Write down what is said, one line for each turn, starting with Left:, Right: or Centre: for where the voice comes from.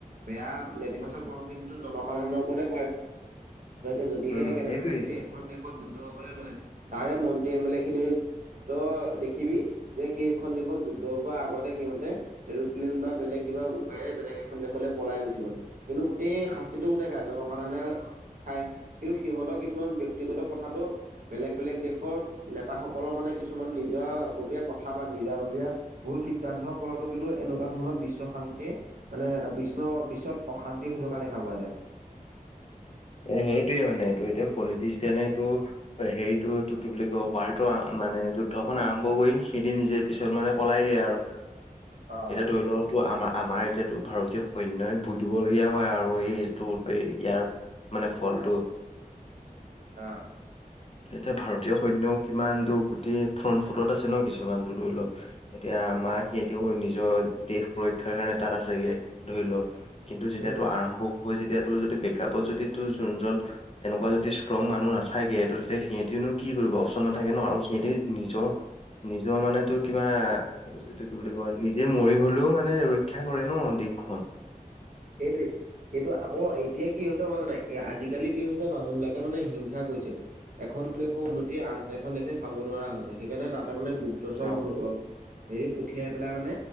Right: বেয়া নেতিবাচক পঢ়ুখিনিতো জনসাধাৰণৰ ওপৰতে পৰে <inaudible> ত এতিয়া যদিহে
Left: উম
Right: কেনেবাকে
Left: সেইটোয়ে
Right: যদি এখন দেশত যুদ্ধ হবলৈ লয় তাৰে মন্ত্ৰী এম এল এ খিনি ত দেখিবি যে সেইখন দেশত যুদ্ধ হোৱাৰ আগতে সিহঁতে এৰপ্লেইন বা বেলেগ কিবা উপায়েৰে বেলেগ এখন দেশলৈ পলাই গুচি গ'ল কিন্তু গোটেই শাস্তিটো কোনে খা জনসাধাৰণে খাই কিন্তু সিহঁতৰ কিছুমান ব্য়ক্তিগত কথাাতটো বেলেগ বেলেগ দেশৰ নেতাাসকলৰ মানে কিছুমান নিজাববীয়া কথা বা নিজাববীয়া ভুল সিদ্ধান্তৰ ফলতো কিন্তু এনেকুৱা ধৰণৰ বিশ্বাস শ মানে বিষ্ণু বিশ্বত অশান্তি হৈ থকা দেখা পোৱা যায়
Left: এ সেইটোয়ে মানে তটো এতিয়া পলিটিচিয়ানেটো হেৰিটো ত কি বুলি কয় ৱাৰ্টো মানে যুদ্ধখন আৰম্ভ কৰি সেইদি নিজে পিছত মানে পলাই দিয়ে আৰু
Right: অ',
Left: এতিয়া ধৰি লওতটো আমাৰ আমাৰ এতিয়াতো ভাৰতীয় সৈনয়ই ভুগিবলগীয়া হয় আৰু এইটো ইয়াৰ মানে ফলটো
Right: অ
Left: এতিয়া ভাৰতীয় সৈনয়ও কিমানতো গোটেই ফ্ৰন্ট ফুটত আছে ন কিছুমানতো ধৰি লওক এতিয়া মা সিহঁতেও নিজৰ দেশ সুৰক্ষাৰ কাৰণে তাত আছেগে ধৰি লও কিন্তু যেতিয়াাতটো
Right: উম।
Left: আৰম্ভ হয় যেতিয়া তোৰ যদি প্ৰেক্ষাপটত যদি তোৰ যোনজন এনেকুৱা যদি ষ্ট্ৰং মানুহ নাথাকে। ত তেতিয়া সিহঁতেনো কি কৰিব অপশচন নাথাকে ন আৰু সিহঁতে নিজৰ নিজৰ মানে তোৰ কিবা এইটো কি বুলি কয় নিজে মৰি হ'লেও মানে ৰক্ষা কৰে ন। খন।
Right: <inaudible> এইটো এইটো আকৌ এতিয়া কি হৈছে মই জানে আজিকালি কি হৈছে মানুহবিলাকে মানে হিংসা কৰিছে। এখন দেশৰ উন্নতি আন এখন দেশে চাব নোৱাৰা হৈছে। সেইকাৰণে তাত তাৰ মানে গুপ্তচৰ
Left: অ
Right: ভৰ সেই পঠিয়াই পেলাই মানে